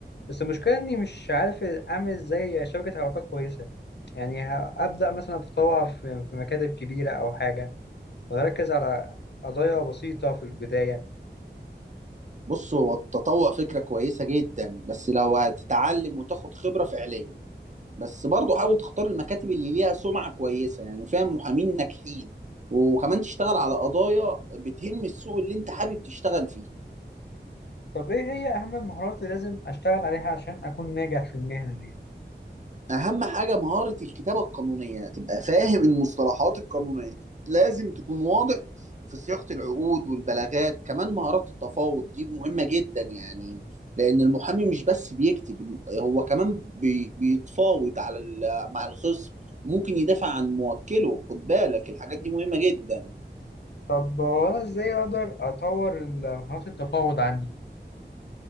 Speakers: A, on the left; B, on the right.
A: بس المشكله اني مش عارف اعمل ازاي شبكه علاقات كويسه يعني ه- ابدا مثلا اتطوع في في مكاتب كبيره او حاجه واركز على قضايا بسيطه في البدايه
B: بص هو التطوع فكره كويسه جدا بس لو هتتعلم وتاخد خبره فعليه بس برضه حاول تختار المكاتب اللي ليها سمعة كويسة يعني وفيها محامين ناجحين وكمان تشتغل على قضايا بتهم السوق اللي انت حابب تشتغل فيه
A: طب ايه هي اهم المهارات اللي لازم اشتغل عليها عشان اكون ناجح في المهنه دي
B: اهم حاجة مهارة الكتابة القانونية تبقى فاهم المصطلحات القانونية لازم تكون واضح في صياغة العقود والبلاغات كمان مهارات التفاوض دي مهمة جدا يعني لأن المحامي مش بس بيكتب هو كمان بي بيتفاوض على ال- مع الخصم وممكن يدافع عن موكله خد بالك الحاجات دي مهمة جدا
A: طب هو انا ازاي اقدر اطور ال- مهارات التفاوض عندي